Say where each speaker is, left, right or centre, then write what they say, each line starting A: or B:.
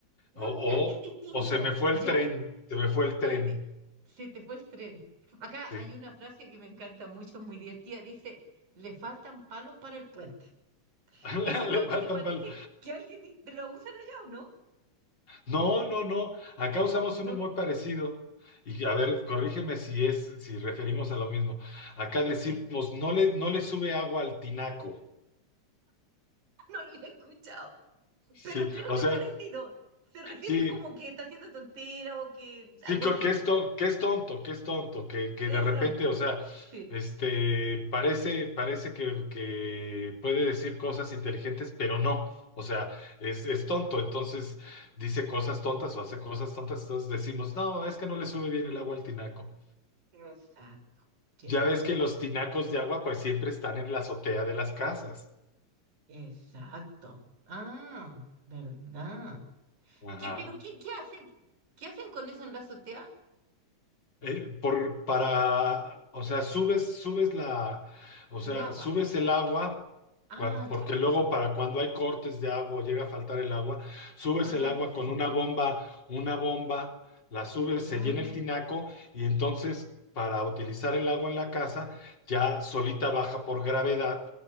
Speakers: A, on the left; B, on the right.
A: O,
B: Ah,
A: o,
B: mira, es distinto.
A: o se me fue
B: Ya.
A: el tren, se me fue el tren.
B: Eh, di- se te fue el tren. Acá
A: Sí.
B: hay una frase que me encanta mucho, muy divertida. Dice, le faltan palos para el puente.
A: <laughs>
B: Eso es cuando
A: Le falta
B: te parece
A: el pal-
B: que alguien i- te lo usan allá o no.
A: No, no, no. Acá usamos
B: No,
A: uno muy parecido. Y a ver, corrígeme si es, si referimos a lo mismo. Acá decimos,
B: a ver, <laughs>
A: no le, no le sube agua al tinaco.
B: no lo había escuchado,
A: Sí,
B: pero creo
A: o
B: que
A: sea,
B: es parecido. Se refiere
A: sí,
B: a como que está haciendo tontera o que
A: Sí,
B: algo
A: co-
B: así.
A: que es tonto, que es tonto, que es tonto, que, que
B: Exacto,
A: de repente, o sea,
B: sí.
A: este, parece, parece que, que puede decir cosas inteligentes, pero no, o sea, es, es tonto, entonces dice cosas tontas o hace cosas tontas, entonces decimos, no, es que no le sube bien el agua al tinaco.
B: Exacto. sí,
A: Ya ves que los tinacos de agua pues siempre están en la azotea de las casas.
B: Exacto. Ah, ¿verdad?
A: Ajá.
B: ¿Qué, pero qué, qué hacen? ¿Qué hacen con eso en la azotea?
A: eh, por, para, o sea, subes, subes la, o sea,
B: El agua.
A: subes el agua,
B: Ah,
A: cuan- porque
B: ya.
A: luego para cuando hay cortes de agua o llega a faltar el agua, subes
B: Ah,
A: el agua
B: perfecto.
A: con una bomba, una bomba, la subes,
B: Ya.
A: se llena el tinaco y entonces para utilizar el agua en la casa, ya solita baja por gravedad,